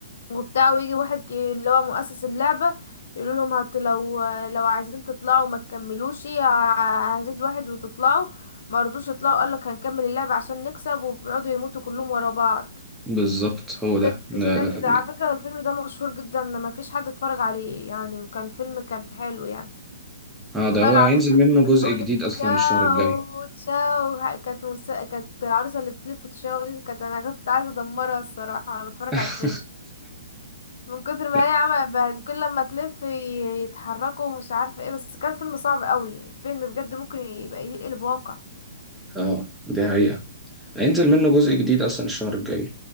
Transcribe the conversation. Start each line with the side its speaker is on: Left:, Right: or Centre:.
Left: وبتاع ويجي واحد كي- اللي هو مؤسس اللعبة يقولوا لهم هت لو لو عايزين تطلعوا ما تكملوش ه- هزيد واحد وتطلعوا ما رضوش يطلعوا قال لك هنكمل اللعبة عشان نكسب وبيقعدوا يموتوا كلهم ورا بعض
Centre: بالظبط هو ده
Left: سبت
Centre: لا-
Left: سمعت
Centre: لا.
Left: ده على فكرة الفيلم ده مشهور جدا ما فيش حد اتفرج عليه يعني كان فيلم كان حلو يعني
Centre: اه
Left: كفاية
Centre: ده هو
Left: العروسة
Centre: هينزل
Left: اللي
Centre: منه جزء
Left: بتقول
Centre: جديد أصلا
Left: تشاو
Centre: الشهر الجاي
Left: تشاو كانت مس... كانت العروسة اللي بتلف تشاو دي كانت انا كنت عايزة ادمرها الصراحة وانا بتفرج
Centre: <laughs>
Left: على الفيلم من كتر ما
Centre: لا
Left: هي عمل بهد- كل لما تلف ي- يتحركوا ومش عارفة ايه بس كان فيلم صعب قوي فيلم بجد ممكن يبقى يقلب واقع
Centre: اه دي حقيقة هينزل منه جزء جديد أصلا الشهر الجاي